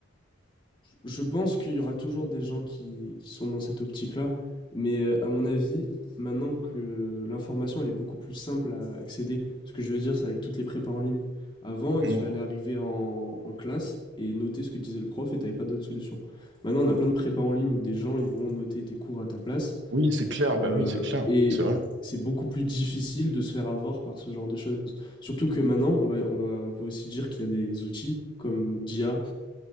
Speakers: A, on the left; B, on the right.
A: Je pense qu'il y aura toujours des gens qui, qui sont dans cette optique-là, mais euh, à mon avis, maintenant que l'information elle est beaucoup plus simple à accéder, ce que je veux dire, c'est avec toutes les prépas en ligne. Avant, il
B: Mm.
A: fallait arriver en, en classe et noter ce que disait le prof et t'avais pas d'autre solution. Maintenant, on a plein de prépas en ligne où des gens ils vont noter tes cours à ta place
B: Oui, c'est clair. Bah
A: euh,
B: oui, c'est clair.
A: et
B: C'est vrai.
A: c'est beaucoup plus difficile de se faire avoir par ce genre de choses. Surtout que maintenant, on va, on va- on peut aussi dire qu'il y a des outils comme d'IA